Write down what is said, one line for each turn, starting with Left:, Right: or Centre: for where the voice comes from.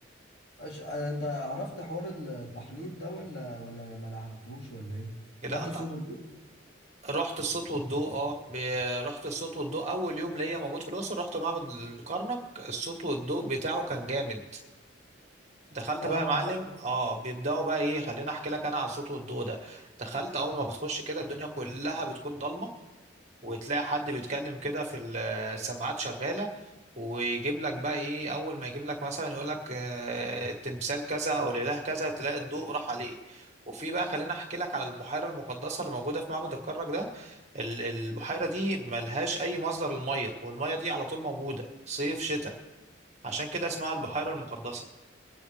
Left: أش... آه، انت عرفت حوار التحنيط ده ولا ولا ما لحقتوش ولا ايه
Right: لا
Left: رحت
Right: طبعا
Left: الصوت والضوء
Right: رحت الصوت والضوء اه ب... رحت الصوت والضوء اول يوم ليا موجود في الاقصر رحت معبد الكرنك الصوت والضوء بتاعه كان جامد دخلت
Left: اه
Right: بقى يا
Left: ما
Right: معلم
Left: هم
Right: اه بيبداوا بقى ايه خليني احكي لك انا على الصوت والضوء ده دخلت اول ما بتخش كده الدنيا كلها بتكون ضلمه وتلاقي حد بيتكلم كده في ال- السماعات شغاله ويجيب لك بقى ايه اول ما يجيب لك مثلا يقول لك آه، تمثال كذا او الاله كذا تلاقي الضوء راح عليه وفي بقى خليني احكي لك على البحيره المقدسه اللي موجوده في معبد الكرنك ده ال- البحيره دي ملهاش اي مصدر للميه والميه دي على طول موجوده صيف شتاء عشان كده اسمها البحيره المقدسه